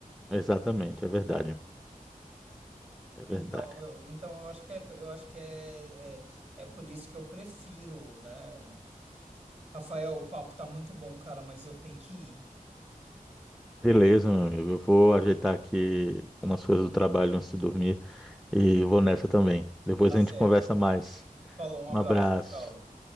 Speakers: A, in the centre; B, on the right.
A: Exatamente, é verdade. É
B: Então,
A: verdade.
B: eu, então eu acho que é, eu acho que é, é, é por isso que eu prefiro, né? Rafael, o papo tá muito bom, cara, mas eu tenho que ir.
A: Beleza, meu amigo. Eu vou ajeitar aqui umas coisas do trabalho antes de dormir e vou nessa também. Depois
B: Tá
A: a
B: certo.
A: gente conversa mais.
B: Falou, um
A: Um
B: abraço,
A: abraço.
B: tchau, tchau.